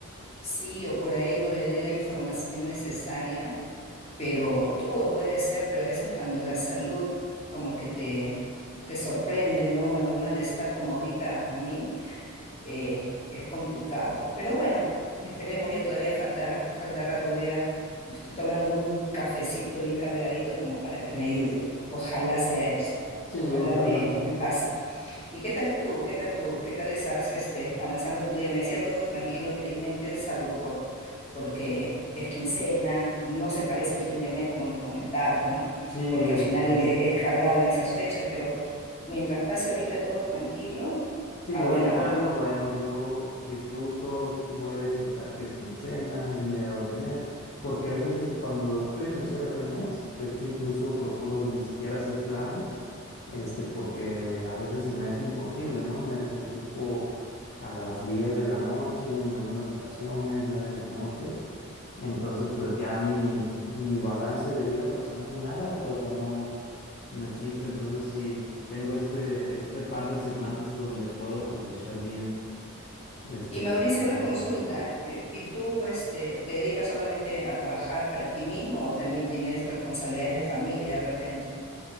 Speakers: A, on the left (about 30°); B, on the left (about 50°).
A: Sí, o por ahí no le dé la información necesaria, pero todo puede ser, pero a veces cuando la salud como que te, te sorprende, ¿no? Algún malestar como ahorita a mí, eh, es complicado. Pero bueno, esperemos, ya todavía falta, falta rato, voy a, estoy tomándome un cafecito bien cargadito como para que me ayude. Ojalá sea eso,
B: Sí,
A: ojalá
B: ojalá.
A: me, me pase. ¿Y qué tal tú? ¿Qué tal tú? ¿Qué tal estás este, avanzando tu día? Me decías todo tranquilo, felizmente, salvo por... porque es quincena, no se parece al fin de mes como me comentabas, ¿no?
B: Sí, está.
A: Porque al final eh, es cargado en esas fechas, pero mientras pase ahorita todo tranquilo,
B: Sí,
A: a buena
B: ahorita
A: hora.
B: es lo bueno. Yo disfruto, voy a disfrutar que es quincena, es mediado de mes, porque hay veces cuando estoy en el cierre de mes, de hecho incluso procuro ni siquiera hacer planes, este, porque a veces se me es imposible, ¿no? Me desocupo a las 10 de la noche, en algunas ocasiones, 9 de la noche. Entonces, pues ya ni, ni balance de vida personal ni nada, o sea, no. no existe. Entonces sí, tengo este, este par de semanas donde puedo aprovechar bien, este,
A: Y Mauricio,
B: disfrutar
A: una
B: la
A: consulta.
B: tranquilidad.
A: eh, ¿Y tú este, te dedicas solamente a trabajar para ti mismo o también tienes responsabilidades de familia de repente?